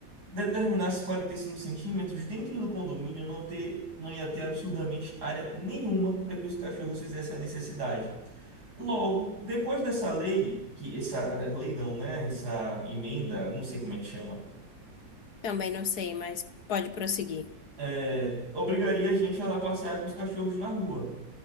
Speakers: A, on the right (about 55°); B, on the left (about 60°).
A: determinasse 45 centímetros dentro do condomínio não ter, não ia ter absurdamente área nenhuma para que os cachorros fizessem a necessidade. Logo, depois dessa lei, que essa eh, lei não, né? Essa emenda, não sei como é que chama,
B: Também não sei, mas pode prosseguir.
A: eh, obrigaria a gente a lá passear com os cachorros na rua.